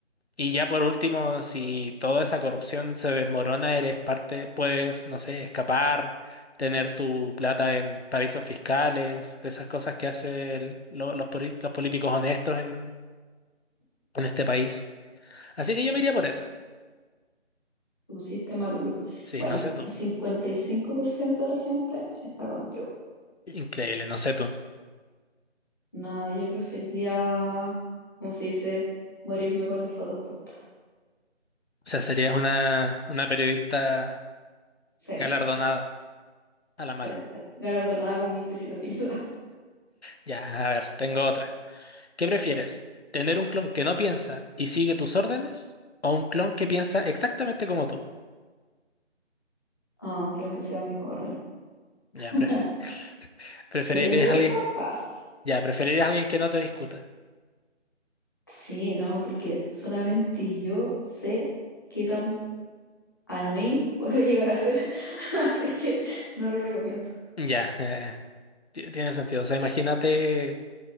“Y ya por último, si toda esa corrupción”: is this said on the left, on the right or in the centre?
Left